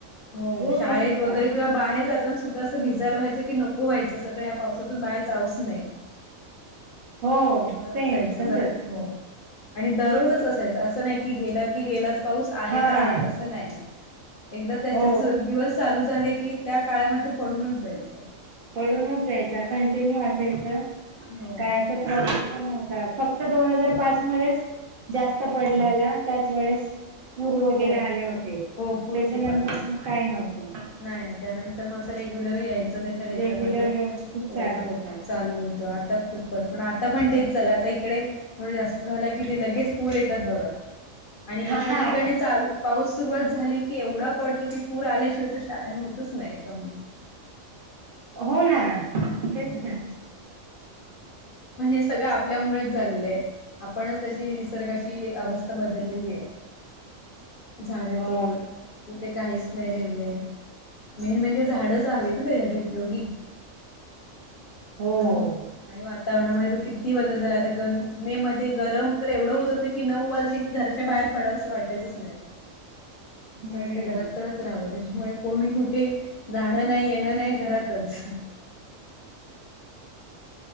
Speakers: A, on the left; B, on the right.
A: हो
B: रोज
A: शाळेत
B: असायचा
A: वगैरे किंवा बाहेर जाताना सुद्धा असं भिजायला व्हायचं की नको व्हायचं. तर ह्या पावसातून बाहेर जाऊच नये
B: हो
A: एवढं
B: सेम
A: असायचं.
B: तसच
A: हो आणि दररोजच असायच असं नाही की गेल् की गेलाच पाऊस आहे
B: हा
A: तर आहे असं नाही एकदा त्याचे
B: हो
A: दिवस चालू झाले की त्या काळामध्ये तो पडूनच जायचा.
B: पडूनच जायचा कंटिन्यू असायचं
A: हो
B: काय असं प्रथु पण नव्हता फक्त दोन हजार पाच मध्येच जास्त पडल्याला त्याच वेळेस पूर वगैरे
A: हो
B: आले होते
A: हो पूर
B: त्याच्यानंतर
A: खूप आलेले
B: मग काय नव्हतं.
A: नाही नाही त्यानंतर म असं रेग्युलर यायचं त्याच्या ह्याच्यामध्ये
B: रेग्युलर व्यवस्थित
A: हो
B: चालू
A: हो
B: होता
A: चालू हो आता खूपच पण आता पण तेच झालं आता इकडे थोड जास्त झालं की ते लगेच पूर येतात बघा आणि
B: हा
A: एखा
B: हा
A: ठिकाणी चालू पाऊस सुरुवात झाली की एवढा पडतो की पूर आल्याशिवाय तु होतच नाही कमी
B: हो ना तेच
A: हम्म
B: ना.
A: पण हे सगळं आपल्यामुळेच झालेलं आहे आपणच त्याची निसर्गाची अवस्था बदललेलीये झाडे
B: हो
A: तोड. कुठे काहीच नाही ठेवलेय मेन म्हणजे झाडच हवेत ना त्याच्यासाठी योगी
B: हो
A: समुद आणि वा. वातावरणामध्ये पण किती बदल झाला आता गर मे मध्ये गरम तर एवढं होत होतं की नऊ वाजले की घरच्या कुठे बाहेर पडावं असं वाटायचंच नाही
B: हम्म
A: असं वाटत घरात घरातचं राहावं त्याच्यामुळे कोणी कुठे जाणं नाही येणं नाही घरातच.